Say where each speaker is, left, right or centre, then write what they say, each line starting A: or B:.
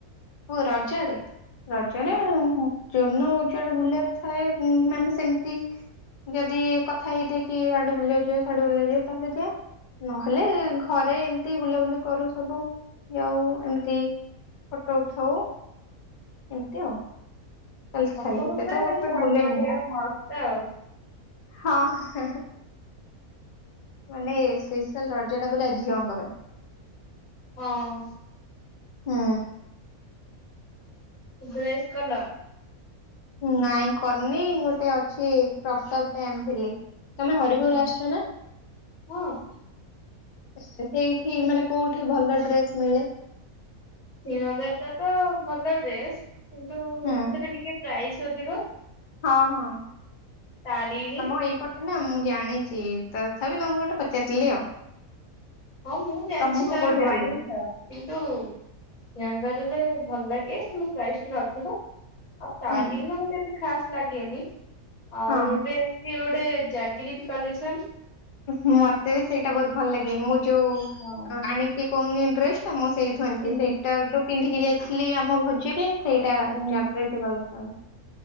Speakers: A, on the left; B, on the left.
A: ହ ରାଜ୍ୟରେ। ରଜରେ
B: ହଁ
A: ନା ଜର୍ନ ଉଜଳ ବୁଲାର ଥାଏ ମାନେ ସେମିତି। ଯଦି କଥା ହେଇଥା କି ଆଡେ ବୁଲିବା ଯିବ ଶାଢେ ବୁଲ ଯିବ ତାହେଲେ ଯା ନହେଲେ ଘରେ ଏମିତି ବୁଲାବୁଲି କରୁ ସବୁ ଯାଉ ଏମିତି ଫଟୋ ଉଠାଉ ଏମିତି ଆଉ ଚାଲିସ
B: ତମର
A: ଖାଇବତେ
B: ପୁରା
A: ତ
B: ଖାଲି
A: କୁଆଡେ
B: ଫଟୋ
A: ବୁଲେନି
B: ଉଠେଇବା
A: ମୁଁ
B: ମସ୍ତ ଆଉ।
A: ହଁ ହା ମାନେ ସ୍ପେଶାଲ ରଜା ଟା ପୁରା ଝିଅଙ୍କ ପାଇଁ।
B: ହଁ
A: ହୁ
B: ଡ୍ରେସ୍ କଲ?
A: ନାଇଁ କରିନି, ଗୋଟେ ଅଛି କ୍ରପ୍ ଟପ୍ ଟେ ଆଣିଥିଲି। ତମେ ହରିପୁର
B: ହୁଁ।
A: ଆସୁଛ ନା?
B: ହଁ
A: ସେଇଠି ମାନେ କୋଉଠି ଭଲ ଡ୍ରେସ ମିଳେ?
B: <unintelligible> ବଜାରଟା ତ ଭଲ ଡ୍ରେସ କିନ୍ତୁ
A: ହୁଁ।
B: ସେଥିରେ ଟିକେ ପ୍ରାଇସ୍ ଅଧିକ।
A: ହଁ ହଁ
B: ତାରିଣୀ
A: ଆମ ଏଇପଟ? ନା ମୁଁ ଜାଣିଛି ତଥାପି ତମକୁ ଗୋଟେ ପଚାରିଦେଲି ଆଉ।
B: ହଁ ମୁଁ ଜାଣିଛି,
A: ତମକୁ
B: ତମେ
A: କୋଉଠି
B: ଜାଣିଛ।
A: ଭଲ ଲାଗେ?
B: କିନ୍ତୁ ୟଙ୍ଗରିରେ ଭଲ ଲାଗେ ତମ ପ୍ରାଇସ୍ ଟିକେ ଅଧିକ। ଆଉ ତାରିଣୀରେ
A: ହୁଁ
B: ମତେ ଏତେ ଖାସ ଲାଗେନି ଆଉ
A: ହଁ।
B: ଏବେ କି ଗୋଟେ ଜାଗ୍ରିତି କଲେକ୍ସନ?
A: ମତେ ବି ସେଇଟା ବହୁତ ଭଲ ଲାଗେ ମୁଁ ଯୋଉ
B: ହଁ।
A: ଆଣିକି କହୁନି ଡ୍ରେସ ଟା ମୁଁ ସେଇ <unintelligible>
B: ହୁଁ
A: ସେଇଟା ଯୋଉ ପିନ୍ଧିକିରି ଯାଇଥିଲି ଆମ ଭୋଜିକି ସେଇଟା
B: ହୁଁ
A: ଜାଗୃତି କଲେକ୍ସନର।